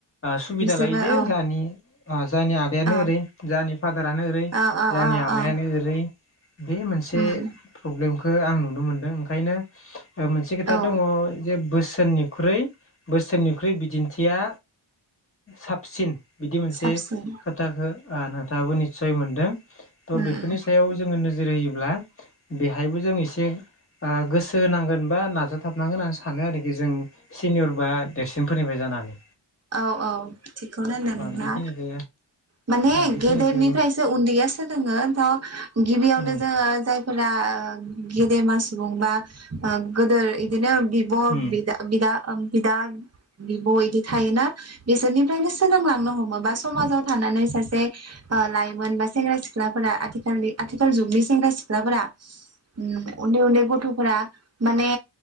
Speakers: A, on the left; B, on the right.
A: सुबिदा
B: बिसोरबो
A: लायो जे
B: औ
A: जा जोंनि आदायानो
B: औ
A: ओरै जोंनि फादारानो ओरै
B: ओ ओ
A: ज
B: ओ
A: लामायानो
B: ओ
A: ओरै बे मोनसे
B: उम
A: प्रब्लेमखौ आं नुनो मोनदों ओंखायनो मोनसे खोथा
B: औ
A: दङ जे बोसोननिख्रुइ बोसोननिख्रुइ दिन्थिया साबसिन बिदि मोनसे
B: साबसिन
A: खोथाखौ नोंथाङाबो निस्सय मोनदों थ'
B: उम
A: बेफोरनि
B: उम
A: सायाव जोङो नोजोर होयोब्ला बेहायबो जों एसे गोसो होनांगोन बा नाजाथाबनांगोन होननानै सानो आरोखि जों सिनियर बा देरसिन फोरनिबाय जानानै
B: औ औ थिगखौनो होनदों नोंथांङा
A: बेखिनिखौ
B: माने
A: बेखिनिखौ
B: गेदेरनिफ्रायसो उन्दैया सोलोङो था गिबियावनो
A: औ
B: जोङो जायफोरा गेदेमा सुबुं बा गोदोर बिदिनो बिब'
A: उम
B: बिदा बिदा आं बिदा बिब' बिदि थायोना बिसोरनिफ्रायनो सोलोंलांनो हमोबा समाजाव थानानै सासे लाइमोन बा सेंग्रा सिख्लाफोरा आथिखालनि आथिखाल जुगनि सेंग्रा सिख्लाफोरा उ उन्दै उन्दै गथ'फोरा माने